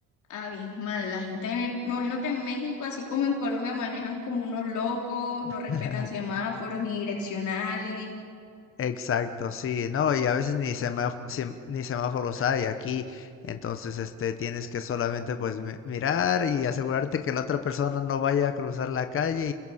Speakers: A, on the left; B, on the left.
A: abismal. La gente, me, me imagino que en México, así como en Colombia, manejan como unos locos, no
B: <laughs>
A: respetan semáforos ni direccionales.
B: Exacto, sí, no, y a veces ni semáf- sem- ni semáforos hay aquí, entonces este tienes que solamente pues mi- mirar y asegurarte que la otra persona no vaya a cruzar la calle